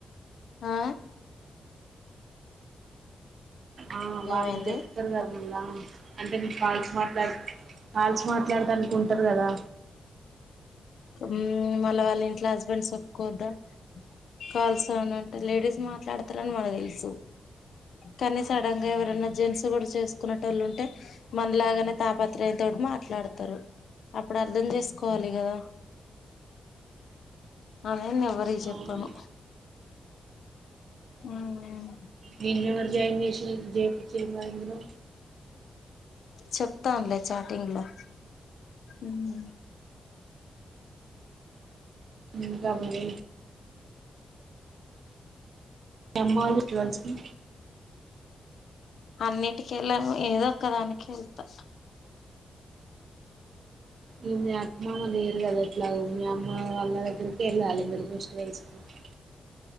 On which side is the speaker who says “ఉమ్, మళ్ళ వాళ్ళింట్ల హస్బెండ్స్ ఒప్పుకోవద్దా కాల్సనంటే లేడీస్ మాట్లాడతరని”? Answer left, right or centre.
Left